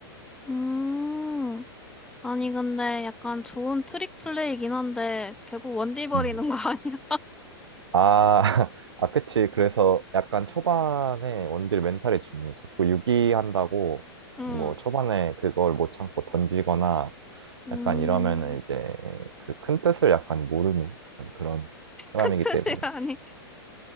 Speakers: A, in the centre; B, on the right.
A: 음. 아니, 근데 약간 좋은 트릭 플레이긴 한데, 결국 원딜 버리는
B: 음.
A: 거 아니야?
B: 아, <laughs> 아, 그치. 그래서 약간 초반에 원딜 멘탈이 중요해. 자꾸 유기한다고
A: <laughs> 음,
B: 뭐 초반에 그걸 못 참고 던지거나
A: 음,
B: 약간 이러면은 이제 그 큰 뜻을 약간 모르는 약간 그런 사람이기
A: 큰 뜻이
B: 때문에.
A: 아니.